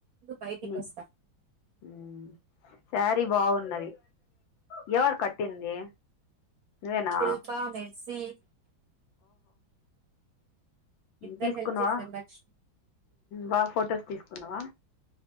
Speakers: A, on the right; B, on the left.
A: బయటికి
B: ఉ
A: వస్తా
B: ఊ శారీ బాగున్నది ఎవరు కట్టింది. నువ్వేనా
A: శిల్ప మెడ్సి ఇద్దరు
B: తీసుకున్నవా
A: హెల్ప్ చేశారు లక్ష్మి
B: బా ఫొటోస్ తీసుకు కునవా